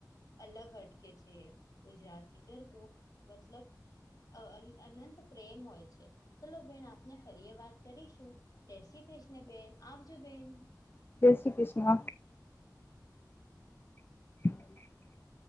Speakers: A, on the left; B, on the left.
A: અલગ હટકે છે. ગુજરાતી ગરબો મતલબ અહ અન અનંત પ્રેમ હોય છે. ચલો બહેન આપને ફરીએ વાત કરીશું. જય શ્રી કૃષ્ણ બેન. આવજો બેન.
B: જય શ્રી કૃષ્ણ. <inaudible>